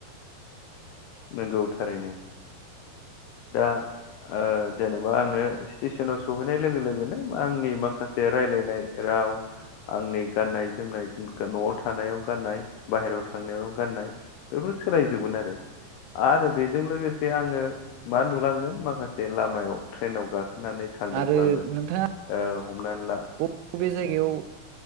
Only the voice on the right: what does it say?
आरो
नोंथाङा
बबे जायगायाव